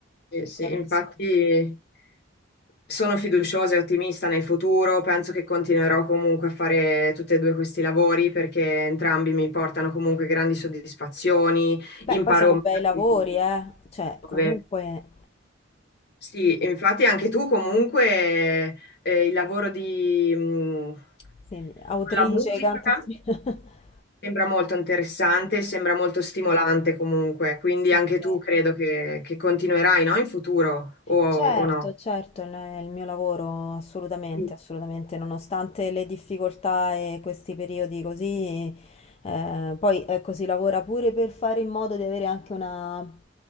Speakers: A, on the left; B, on the left.
A: sì, sì,
B: Lo capisco.
A: infatti sono fiduciosa e ottimista nel futuro. Penso che continuerò comunque a fare tutti e due questi lavori perché entrambi mi portano comunque grandi soddisfazioni.
B: Beh,
A: Imparo
B: poi sono
A: magari
B: bei lavori, eh? Cioè,
A: nuove-
B: comunque,
A: Sì, e infatti anche tu comunque eh, il lavoro di, mh,
B: sì, autrice,
A: con la musica
B: cantatrice... <laughs>
A: sembra molto interessante, sembra molto stimolante comunque, quindi
B: Sì,
A: anche
B: sì.
A: tu credo che, che continuerai, no? In futuro o,
B: Certo,
A: o no?
B: certo, il è il mio lavoro, assolutamente,
A: Sì.
B: assolutamente, nonostante le difficoltà e questi periodi così, eh, poi ecco, si lavora pure per fare in modo di avere anche una,